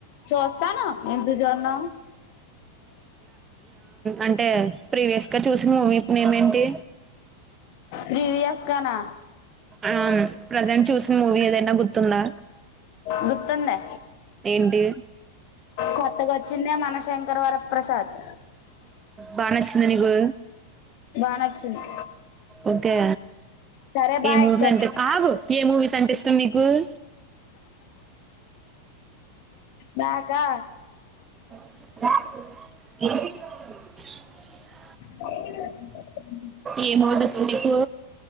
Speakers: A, on the left; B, on the right.
A: చూస్తాను ఎందుచూడ్నూ.
B: అంటే ప్రీవియస్ గా చూసిన మూవీ న ఏమేంటి
A: ప్రివయాస్ గనా
B: ఆ ప్రజెంట్ చూసిన మూవీ ఏదైనా గుర్తుందా
A: గుర్తుందా
B: ఏంటి
A: కొత్త కొ చిన్నమాన శంకర్ వర ప్రసాద్
B: బాగా నచ్చిందా నీకు
A: బా నచ్చింది
B: ఓకే
A: సరే బాయ్
B: ఏ మూవీస్
A: చచ్చిపోయాను
B: అంటే బగు ఏ మూవీస్ అంటే ఇష్టం మీకు <inaudible>
A: నాకా
B: <inaudible>
A: <inaudible>
B: ఏ మూవీస్ ఇష్టం నీకు